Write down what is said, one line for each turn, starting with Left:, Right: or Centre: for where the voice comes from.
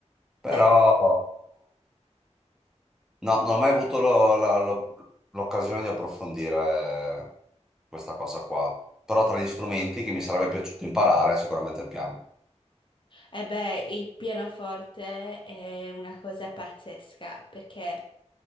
Centre: Però
Left: Beh,
Centre: No, non ho mai avuto lo- la- lo- l'occasione di approfondire questa cosa qua. Però tra gli strumenti che mi sarebbe piaciuto imparare è sicuramente il piano.
Left: eh beh, il pianoforte è una cosa pazzesca perché